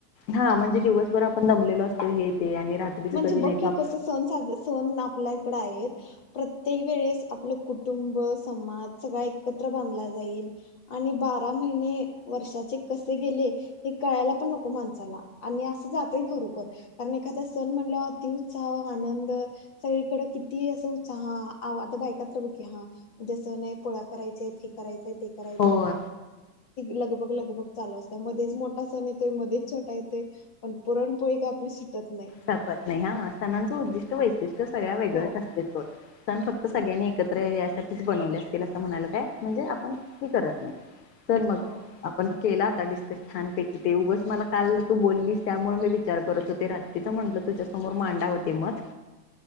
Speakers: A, on the left; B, on the left.
A: हा म्हणजे दिवसभर आपण दमलेलो असतो हे ते आणि रात्रीच
B: म्हणजे
A: कधी
B: बक
A: नाही
B: की,
A: तर आप-
B: कस सण साज सण ना आपल्याकड आहेत, प्रत्येक वेळेस आपलं कुटुंब समाज सगळा एकत्र बांधला गेला आणि बारा महिने वर्षाचे कसे गेले हे कळायला पण नको माणसाला. आणि असं जातोय खरोखर कारण एखाद्या सण म्हणल्या अति उत्साह आनंद सगळीकड किती अस उत्साह आता बायका तर क हा जस नाही पोळ्या करायचय हे करायचंय ते करायचं.
A: होय
B: लगभग लगभग चालू असत्या मध्येच मोठा सण येतोय मध्येच छोटा येतोय पण पुरणपोळी का, निसटत नई.
A: संपत नाही हा सणांचं उद्दिष्ट वैशिष्ट्य सगळ्या वेगळंच
B: हो
A: असते सोड. सण फक्त सगळ्यांनी एकत्र यायसाठीच बनवले असतील असं म्हणाला काय म्हणजे आपण हे करत नाही. तर मग
B: हो
A: आपण. केला होता, डिस्कस छानपैकी ते उघच मला काल तू बोललीस त्यामुळे मी विचार करत होते रात्री. तिथं म्हंटलं तुझ्यासमोर मांडाव ते मत.